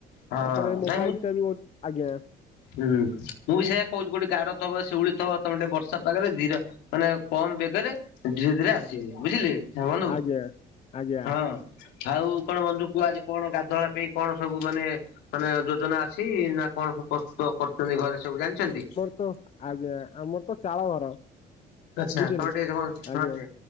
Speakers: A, on the left; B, on the left.
A: ହଁ
B: ତାପରେ ମୋବାଇଲ
A: ନାଇଁ ମୁଁ
B: ଟା ବି ଆଜ୍ଞା।
A: ହୁଁ ମୁଁ ବି ସେୟଆ କହୁଛି କୋଉଠି ଗାଡ ଥିବ ସିଉଳି ଥିବ ତମେ ଟିକେ ବର୍ଷା ପାଗରେ ଧୀର। ମାନେ କମ ବେଗରେ ଧୀରେ ଧୀରେ ଆସିବେ
B: ଆଜ୍ଞା
A: ବୁଝିଲେ ବନ୍ଧୁ
B: ଆଜ୍ଞା ଆଜ୍ଞା
A: ହଁ। ଆଉ କଣ ବନ୍ଧୁ କୁହ ଆଜି କଣ ଗାଧୁଆ ବେଳ ପାଇଁ କଣ ସବୁ ମାନେ। ମାନେ ଯୋଜନା ଅଛି ନା କଣ ସବୁ ପ୍ରସ୍ତୁତ କରୁଛନ୍ତି ଘରେ ସବୁ ଜାଣିଛନ୍ତି।
B: ପ୍ର ଆଜ୍ଞା ଆମର ତ ଚାଳ ଘର
A: ଆଚ୍ଛା
B: ବୁଝିଲେ
A: ତମେ ଟିକେ କଣ ଶୁଣନ୍ତି
B: ଆଜ୍ଞା।